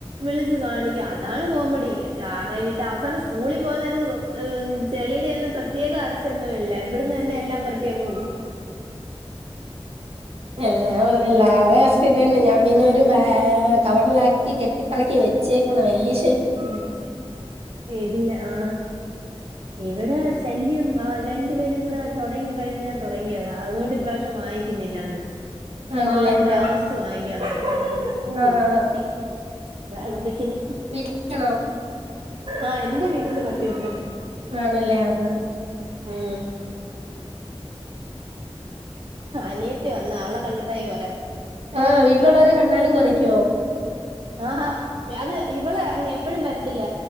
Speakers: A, on the right; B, on the right.
A: വിളിച്ചു കാണിക്കുക അതാണ് കോമഡിറയിലിട്ട് അവസാനം മോളി പോകുന്നത് ചെളിയുടെ ഒന്നും പ്രത്യേക ആവശ്യമൊന്നുമില്ല ഇവിടന്ന് തന്നെ എല്ലാം പരട്ടി അങ്ങ് പോു
B: എല്ലാ എല്ലാര അവസ്ഥ ഇത് തന്നെ ഞാൻ പിന്നെ ഒരുാ കവറിലാക്കി കെട്ടിപ്പറക്കി വെച്ചേക്കുന്ന വലിയ
A: മച്ച ഇല്ല ആ എവിടെ ശല്യം ആ രണ്ടു പേരും കൂടെ തുടങ്ങി കഴിഞ്ഞ തുടങ്ങിയതാ അതുകൊണ്ട് ഇപ്രാവശ്യം വാങ്ങിക്കുന്നില്ലാന്ന് വെച്ചു
B: ആണല്ലേ
A: മാറ്റില്ല
B: ആഹ്
A: അവസ്റ്റ് വാങ്ങിക്കാ ഓ
B: ആഹ്
A: ഈ
B: ആഹ്
A: പട്ടി വേടം വിക്കുന്നു
B: ക്ഷണോ
A: ആ എന്റെ വീട്ടില് പട്ടിയുണ്ട്
B: ആണല്ലേ ആണ
A: ഉ അനിയത്തി വന്ന അവള കണ്ടിട്ടായി കൊരാം
B: ആഹ് വീട്ടിലുള്ളവരെ കണ്ണാലും കുറയ്ക്കുവോ
A: ആാ അത് ഇവള് എപ്പഴും വരത്തില്ല